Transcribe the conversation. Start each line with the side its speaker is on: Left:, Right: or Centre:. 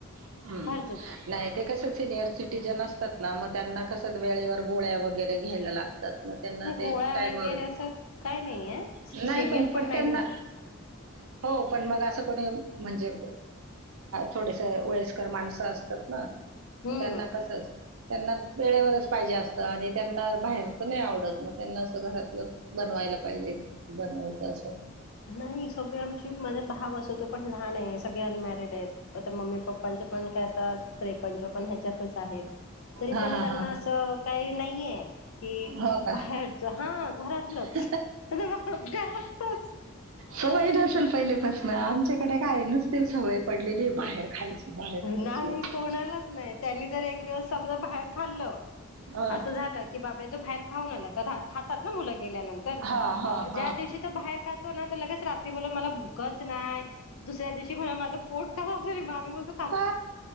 Right: हम्म
Left: घरचच
Right: नाही ते कसं सिनियर तिथं नसतात ना मग त्यांना कस वेळेवर गोळ्या वैगैरे घ्यायला लागत तर त्यांना
Left: नाही
Right: ते
Left: गोळ्या
Right: टाईमवर
Left: वगैरे
Right: <inaudible> हो
Left: असं काय नाहीये
Right: नाही
Left: सिनियर
Right: पण पण
Left: नाही
Right: त्यांना
Left: ह्याच
Right: ह <inaudible> हो पण मग असं कोणी म्हणजे थोडेस वयस्कर <inaudible> माणसं असतात
Left: हम्म
Right: त्यांना कस त्यांना वेळेवरच पाहिजे असतं आणि त्यांना बाहेरचं नाही आवडत मग त्यांना असं घरातलं बनवायला पाहिजे बनवायचं असं
Left: नाही सगळे आमची माझास भाव असो तो पण लहान आहेस सगळे अनमॅरिड आहेत आता मम्मी पप्पांचे पण काय आता ते पण आत्ता त्रेपन्न चोपन ह्याच्यातच आहेत तरी
Right: हां,
Left: पण
Right: हां,
Left: त्यांना
Right: हां.
Left: असं काही नाहीये कि
Right: हो का
Left: बाहेरच हा घरातलंच
Right: <inaudible>
Left: घरातच
Right: सवय नसेल पहिलेपासन आमच्याकडे काय नसतील सवय पडलेली बाहेर खायची, बाहेर खायची
Left: नाही
Right: अशी.
Left: कोणालाच नाही त्यांनी जर एक दिवस समजा बाहेर खाल्लं
Right: हां.
Left: अस झाल की बापरे तु बाहेर खाऊन आला खातात ना मुल गे <inaudible> ल्यानंतर
Right: हां, हां,
Left: ज्या
Right: हां.
Left: दिवशी तो बाहेर काातो ना तर लगेच रात्री बोलून मला भूकच नाही दुसऱ्या दिवशी म्हण माझं पोट <unintelligible> कारी ममी म्होलत
Right: अ